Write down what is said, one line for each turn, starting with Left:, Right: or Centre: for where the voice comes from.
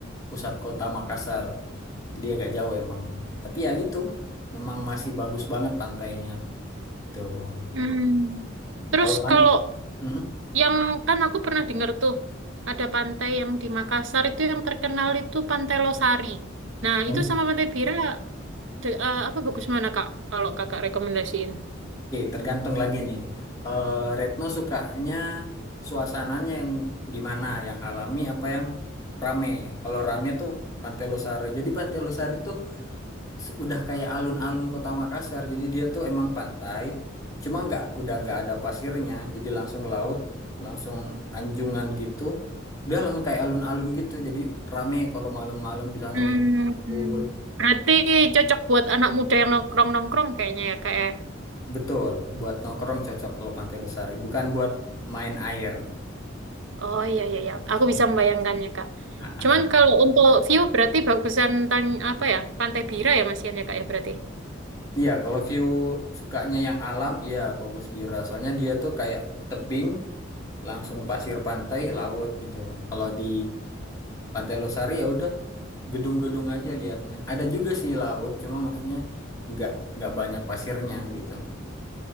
Left: pusat kota Makassar. Jadi agak jauh emang. Tapi ya gitu, memang masih bagus banget pantainya. Tuh.
Right: Hmm. Terus
Left: Kalau pan
Right: kalau
Left: Mm-mm.
Right: yang kan aku pernah dengar tuh ada pantai yang di Makassar itu yang terkenal itu Pantai Losari. Nah
Left: Oke,
Right: itu sama Pantai Bira de- eh, apa bagus mana kak? Kalau kakak rekomendasiin?
Left: tergantung lagi nih. Eh, Retno sukanya suasananya yang gimana? Yang alami apa yang rame? Kalau rame tuh Pantai Losari. Jadi Pantai Losari itu se- udah kayak alun-alun kota Makassar jadi dia tuh emang pantai cuma nggak udah nggak ada pasirnya jadi langsung laut langsung anjungan gitu udah langsung kayak alun-alun gitu jadi rame kalau malam-malam di sana
Right: Hmm,
Left: banyak yang kumpul
Right: berarti cocok buat anak muda yang nongkrong-nongkrong kayaknya ya kak ya.
Left: betul buat nongkrong cocok kalau Pantai Losari bukan buat main air
Right: Oh iya iya iya, aku
Left: Hmm.
Right: bisa membayangkannya kak.
Left: Nah, ah.
Right: Cuman kalau untuk view berarti bagusan tang apa ya Pantai Bira ya Mas Ian ya kak ya berarti.
Left: iya kalau view sukanya yang alam iya bagus Bira soalnya dia tuh kayak tebing langsung pasir pantai laut gitu kalau di Pantai Losari ya udah gedung-gedung aja liatnya ada juga sih laut cuma maksudnya nggak nggak banyak pasirnya gitu